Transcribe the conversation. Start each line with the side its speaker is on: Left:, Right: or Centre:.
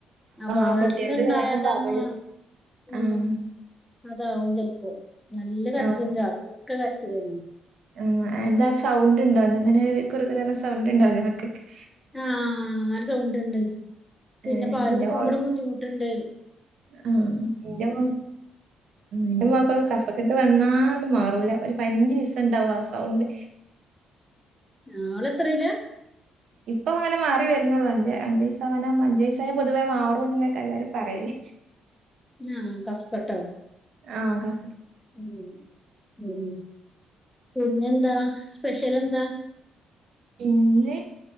Centre: അപ്പൊ അവിടെന്ന
Right: ആ കുട്ടികൾത്
Centre: ഇണ്ടായതാെന്ന
Right: വേഗം പകരും
Centre: ഉ
Right: ആഹ്
Centre: അതാവും ചിലപ്പോ നല്ല കരച്ചിലന്ന
Right: ഓഹ്
Centre: രാത്രിലൊക്കെ കരച്ചിലാരുന്നു
Right: ആഹ് എന്താ സൗണ്ട് ഉണ്ടോ ന്ന് ഇങ്ങനെ കുറു കുറു സൗണ്ട് ഉണ്ടാ <unintelligible>
Centre: ആഹ് അങ്ങനെ സൗണ്ടുണ്ട് പിന്നെ
Right: ഏഹ്
Centre: പാലു
Right: എന്റെ
Centre: കൂടിക്കുമ്പോഴും
Right: മോള്
Centre: ബുദ്ധിമുട്ടുണ്ട്
Right: ആഹ് എന്റെ മോക്ക്‌ കഫക്കെട്ട് വന്നാ മാറൂല ഒരു പതിനഞ്ച് ദിവസം ഉണ്ടാവും ആഹ് സൗണ്ട്
Centre: ആഹ് അവൾ എത്രയില
Right: ഇപ്പം അങ്ങനെ മാറി വരുന്നുള്ളൂ അഞ്ച് അഞ്ചു വയസായാനാക്കുമ്പോ അഞ്ചു വയസായ പൊതുവേ മാറുന്നൊക്കെ എല്ലാവരും പറയേ ല്
Centre: ആഹ് കഫ് കട്ടോ
Right: ആ കാ
Centre: മ് മ് പിന്നെന്താ സ്പെഷ്യൽ എന്താ
Right: ഇന്ന